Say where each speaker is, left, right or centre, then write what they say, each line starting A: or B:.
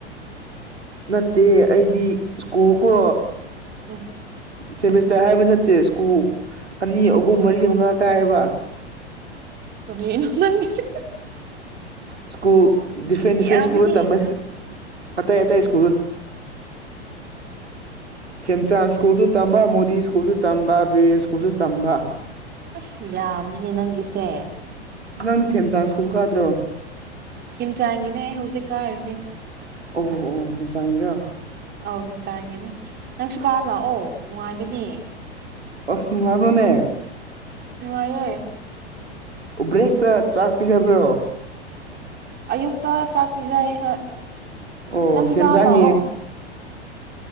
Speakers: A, on the right (about 80°); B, on the right (about 30°).
A: ꯅꯠꯇꯦ ꯑꯩꯗꯤ ꯁ꯭ꯀꯨꯜ ꯀꯣ
B: ꯎꯝ
A: ꯁꯦꯃꯤꯁꯇꯔ ꯍꯥꯏꯕ ꯅꯠꯇꯦ ꯁ꯭ꯀꯨꯜ ꯑꯅꯤ ꯑꯍꯨꯝ ꯃꯔꯤ ꯃꯉꯥ ꯀꯥꯏꯑꯕ
B: ꯀꯔꯤꯅꯣ ꯅꯪꯒꯤꯁꯦ
A: ꯁ꯭ꯀꯨꯜ ꯗꯤꯐ꯭ꯔꯦꯟ ꯗꯤꯐ꯭ꯔꯦꯟ
B: ꯌꯥꯝꯃꯤꯍꯦ
A: ꯁ꯭ꯀꯨꯜꯗ ꯇꯝꯝꯕ ꯑꯇꯩ ꯑꯇꯩ ꯁ꯭ꯀꯨꯜ ꯊꯦꯝꯆꯥꯟ ꯁ꯭ꯀꯨꯜꯁꯨ ꯇꯝꯕ ꯃꯣꯗꯤ ꯁ꯭ꯀꯨꯜꯁꯨ ꯇꯝꯕ ꯕꯤꯔꯦꯟ ꯁ꯭ꯀꯨꯜꯁꯨ ꯇꯝꯕ
B: ꯑ ꯌꯥꯃꯤꯅꯦ ꯅꯪꯒꯤꯁꯦ
A: ꯅꯪꯗꯤ ꯊꯦꯟ ꯆꯥꯟꯁꯀꯕ ꯀꯥꯗ꯭ꯔꯣ
B: ꯍꯝꯆꯥꯡꯒꯤꯅꯦ ꯍꯧꯖꯤꯛ ꯀꯥꯔꯤꯁꯦ
A: ꯑꯣ ꯑꯣ ꯊꯝ ꯆꯥ <inaudible>
B: ꯑꯧ ꯍꯟꯇꯟꯒꯅꯤ ꯅꯪ ꯁꯨꯀꯥ ꯂꯥꯛꯑꯣ ꯅꯨꯡꯉꯥꯏꯕꯅꯦ
A: ꯑꯣꯁꯅꯅꯨꯡꯉꯕ꯭ꯔꯣꯅꯦ
B: ꯅꯨꯡꯉꯥꯏꯑꯦ
A: ꯕ꯭ꯔꯦꯛꯇ ꯆꯥꯛ ꯄꯤꯖꯕ꯭ꯔꯣ
B: ꯑꯌꯨꯛꯇ ꯆꯥꯛ ꯄꯤꯖꯩ ꯍꯣꯏ
A: ꯑꯣ
B: ꯅꯪꯁꯨ
A: ꯊꯦꯟꯖꯥꯡꯉ
B: ꯆꯥꯔ ꯂꯥꯛꯑꯣ